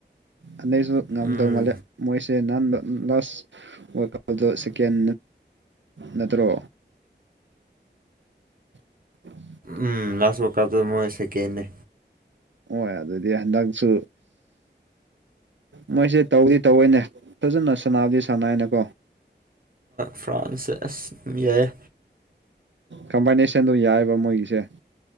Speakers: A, on the right (about 80°); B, on the right (about 50°).
A: ꯑꯟꯗꯛꯁꯨ ꯉꯝꯗꯧ
B: ꯎꯝ
A: ꯃꯥꯜꯂꯦ ꯃꯣꯏꯁꯦ ꯅꯍꯟ ꯂꯥꯁ ꯋꯥꯔꯀꯞꯗ ꯁꯦꯀꯦꯟ ꯅꯠꯇ꯭ꯔꯣ ꯍ <inaudible>
B: ꯎꯝ ꯂꯥꯁꯠ ꯋꯥꯀꯞꯇ ꯃꯣꯏ ꯁꯦꯀꯦꯟꯅꯦ
A: ꯍ ꯑꯗꯨꯗꯤ ꯍꯟꯗꯛꯁꯨ ꯃꯣꯏꯁꯦ ꯇꯧꯗꯤ ꯇꯧꯏꯋꯦꯅꯦ ꯐꯖꯅ ꯁꯥꯟꯅꯗꯤ ꯁꯥꯟꯅꯩꯅꯦꯀꯣ
B: ꯐ꯭ꯔꯥꯟꯁꯁ ꯌꯥꯏ
A: ꯀꯝꯕꯥꯏꯅꯦꯁꯟꯗꯣ ꯌꯥꯏꯌꯦꯕ ꯃꯣꯏꯒꯤꯁꯦ